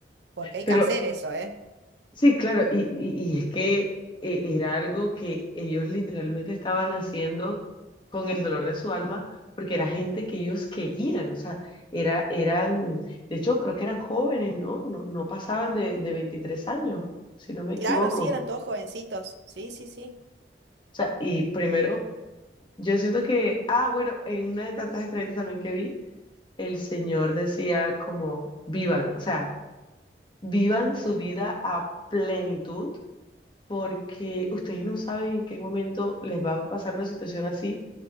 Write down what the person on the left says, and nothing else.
Pero
Sí, claro, y, y- y es que eh, era algo que ellos literalmente estaban haciendo con el dolor de su alma, porque era gente que ellos querían, o sea, era, eran, de hecho, creo que eran jóvenes, ¿no? No, no pasaban de, de 23 años, si no me equivoco.
O
sea, y primero, yo siento que, ah, bueno, en una de tantas entrevistas también que vi, el señor decía como, vivan, o sea, vivan su vida a plenitud porque ustedes no saben en qué momento les va a pasar una situación así